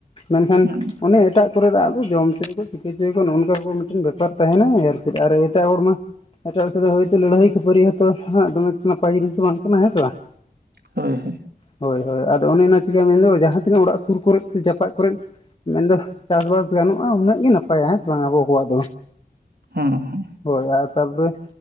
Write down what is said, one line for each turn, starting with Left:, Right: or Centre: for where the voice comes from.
Left: ᱢᱮᱱᱠᱷᱟᱱ
Right: ᱦᱩᱸ
Left: ᱚᱱᱮ ᱮᱴᱟᱜ ᱯᱚᱨᱮᱨ ᱨᱟᱜ ᱫᱚ ᱡᱚᱢ ᱦᱚᱪᱚᱭᱟᱠᱚ ᱪᱤᱠᱟᱹ ᱪᱚᱭᱟᱠᱚ ᱱᱚᱜᱼᱚ ᱱᱚᱝᱠᱟ ᱠᱚ ᱢᱤᱫᱴᱮᱱ ᱵᱮᱯᱟᱨ ᱛᱟᱦᱮᱱᱟᱭ ᱟᱨ ᱪᱮᱫ ᱟᱨ ᱮᱴᱟᱜ ᱦᱚᱲ ᱢᱟ ᱮᱴᱟᱜ ᱦᱚᱲ ᱥᱟᱸᱣ ᱛᱮ ᱦᱳᱭᱛᱳ ᱞᱟᱹᱲᱦᱟᱹᱭ ᱠᱷᱟᱹᱯᱟᱹᱨᱤ ᱦᱚᱸᱛᱚ ᱦᱟᱸᱜ ᱫᱚᱢᱮ ᱱᱟᱯᱟᱭ ᱡᱤᱱᱤᱥ ᱫᱚ ᱵᱟᱝ ᱠᱟᱱᱟ ᱦᱮᱸ ᱥᱮ ᱵᱟᱝ
Right: ᱦᱳᱭ ᱦᱮᱸ
Left: ᱦᱳᱭ ᱦᱳᱭ ᱟᱫᱚ ᱚᱱᱮ ᱚᱱᱟ ᱪᱤᱠᱟᱹᱭᱟᱭ ᱢᱮᱱᱫᱚ ᱡᱟᱦᱟᱸ ᱛᱤᱱᱟᱹᱜ ᱚᱲᱟᱜ ᱥᱩᱨ ᱠᱚᱨᱮᱜ ᱥᱮ ᱡᱟᱯᱟᱜ ᱠᱚᱨᱮᱜ ᱢᱮᱱ ᱫᱚ ᱪᱟᱥ ᱵᱟᱥ ᱜᱟᱱᱚᱜᱼᱟ ᱩᱱᱟᱹᱜ ᱜᱮ ᱱᱟᱯᱟᱭᱟ ᱦᱮᱸ ᱥᱮ ᱵᱟᱝ ᱟᱵᱚ ᱟᱠᱚᱣᱟᱜ ᱫᱚ᱾
Right: ᱦᱩᱸᱦᱩᱸ
Left: ᱦᱳᱭ ᱟᱨ ᱛᱟᱨᱯᱚᱨᱮ